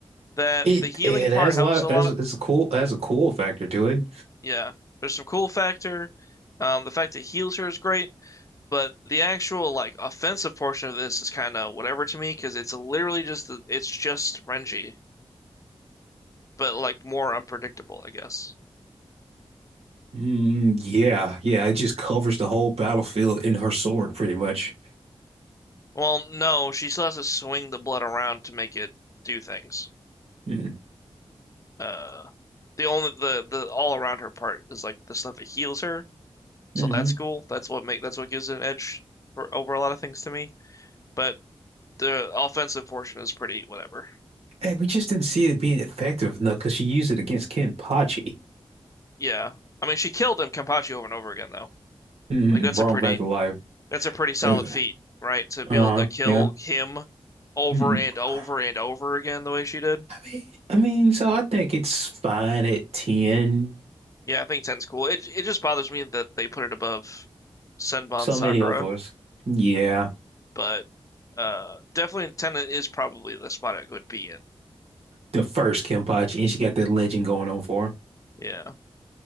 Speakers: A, on the left; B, on the right.
A: that
B: It
A: the healing
B: it
A: part
B: has
A: helps
B: a lot of
A: a lot.
B: it's, it's a cool it has a cool factor to it.
A: Yeah. There's some cool factor. Um, the fact that it heals her is great. But the actual like offensive portion of this is kind of whatever to me because it's literally just it's just Renji, but like more unpredictable, I guess.
B: Mm, yeah, yeah. It just covers the whole battlefield in her sword pretty much.
A: Well, no, she still has to swing the blood around to make it do things.
B: Mm.
A: Uh, the only the the all around her part is like the stuff that heals her, so
B: hmm mm-hmm.
A: that's cool. That's what make that's what gives it an edge for over a lot of things to me. But the offensive portion is pretty whatever.
B: Hey, we just didn't see it being effective enough because she used it against Kenpachi.
A: Yeah, I mean she killed him Kenpachi over and over again though.
B: Mm-hmm.
A: Like that's
B: Brought
A: a pretty
B: him back to life.
A: That's a pretty solid
B: Uh,
A: feat, right? To be
B: uh-huh.
A: able to kill
B: Yeah.
A: him over
B: Mm-mm.
A: and over
B: I
A: and over again the way she did.
B: mean, I mean, so I think it's fine at 10.
A: Yeah, I think Ten's cool. It it just bothers me that they put it above Senbon
B: So
A: Sakura,
B: many others. Yeah.
A: but uh definitely Ten is probably the spot it would be in.
B: The first Kenpachi. And she got that legend going on for her.
A: Yeah.